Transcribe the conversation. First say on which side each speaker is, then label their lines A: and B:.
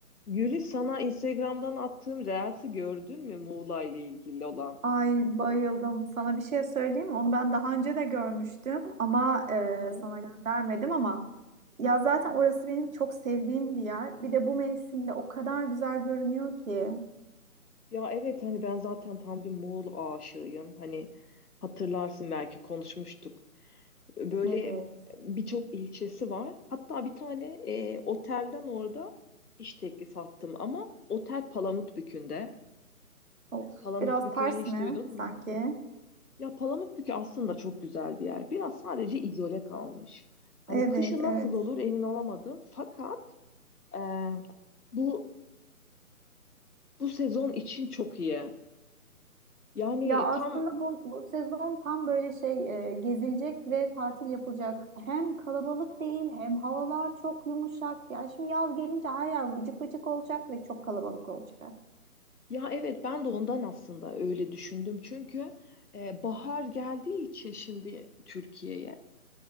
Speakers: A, on the left (about 80°); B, on the right (about 60°).
A: Gülis sana Instagram'dan attığım Reels'i gördün mü Muğla ile ilgili olan?
B: Ay bayıldım. Sana bir şey söyleyeyim mi? Onu ben daha önce de görmüştüm ama e,
A: Aha.
B: sana göndermedim ama ya zaten orası benim çok sevdiğim bir yer. Bir de bu mevsimde o kadar güzel görünüyor ki.
A: Ya evet hani ben zaten tam bir Muğla aşığıyım. Hani hatırlarsın belki konuşmuştuk. Böyle
B: Evet.
A: birçok ilçesi var. Hatta bir tane e, otelden orada iş teklifi attım ama otel Palamutbükü'nde.
B: Of,
A: Palamutbükü'nü
B: biraz ters
A: hiç
B: mi
A: duydun
B: sanki?
A: mu? Ya Palamutbükü aslında çok güzel bir yer. Biraz sadece izole kalmış. Hani
B: Evet,
A: kışı nasıl
B: evet.
A: olur emin olamadım. Fakat Ee, bu bu sezon için çok iyi. Yani
B: Ya aslında
A: tam
B: bu, bu sezon tam böyle şey e, gezilecek ve tatil yapılacak. Hem kalabalık değil hem havalar çok yumuşak. Ya şimdi yaz gelince her yer vıcık vıcık olacak ve çok kalabalık olacak.
A: ya evet ben de ondan aslında öyle düşündüm. Çünkü e, bahar geldiği için şimdi Türkiye'ye